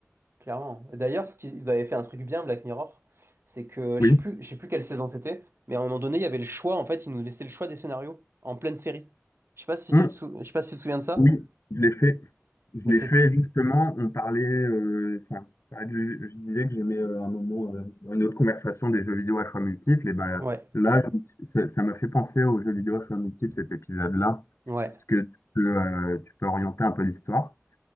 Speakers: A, on the right; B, on the left.
A: clairement. D'ailleurs, ce qu'ils avaient fait un truc bien, Black Mirror, c'est que
B: Oui.
A: je sais plus, je sais plus quelle saison c'était, mais à un moment donné, il y avait le choix, en fait, ils nous laissaient le choix des scénarios en pleine série. Je sais pas si
B: Hum.
A: tu te sou- je sais pas si tu te souviens de ça,
B: Oui, je l'ai fait. Je
A: mais
B: l'ai
A: c'est.
B: fait justement. On parlait, euh, enfin, on parlait du- je disais que j'aimais euh, un moment, euh, dans une autre conversation des jeux vidéo à choix multiples. Et ben
A: Ouais.
B: là, je me suis- ça ça m'a fait penser aux jeux vidéo à choix multiples, cet épisode-là,
A: Ouais.
B: puisque tu peux, euh, tu peux orienter un peu l'histoire.